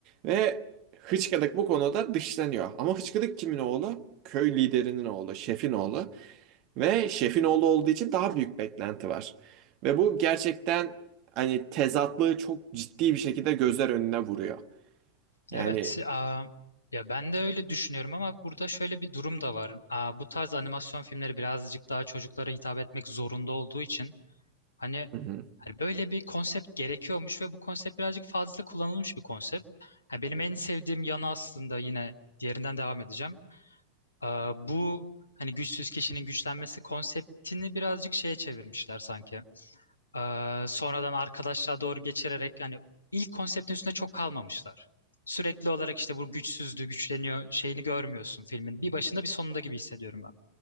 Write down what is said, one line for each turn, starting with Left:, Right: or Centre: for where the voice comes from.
Right: Ve Hıçkıdık bu konuda dışlanıyor. Ama Hıçkıdık kimin oğlu? Köy liderinin oğlu, şefin oğlu. Ve şefin oğlu olduğu için daha büyük beklenti var. Ve bu gerçekten hani tezatlığı çok ciddi bir şekilde gözler önüne vuruyor. Yani
Left: Evet, aa, ya ben de öyle düşünüyorum ama burada şöyle bir durum da var. Aa, bu tarz animasyon filmleri birazcık daha çocuklara hitap etmek zorunda olduğu için hani,
Right: Hı hı.
Left: hani böyle bir konsept gerekiyormuş ve bu konsept birazcık fazla kullanılmış bir konsept. Ha, benim en sevdiğim yanı aslında yine diğerinden devam edeceğim. Aa, bu hani güçsüz kişinin güçlenmesi konseptini birazcık şeye çevirmişler sanki. Ee, sonradan arkadaşlığa doğru geçirerek yani ilk konseptin üstünde çok kalmamışlar. Sürekli olarak işte bu güçsüzdü, güçleniyor şeyini görmüyorsun filmin. Bir başında bir sonunda gibi hissediyorum ben.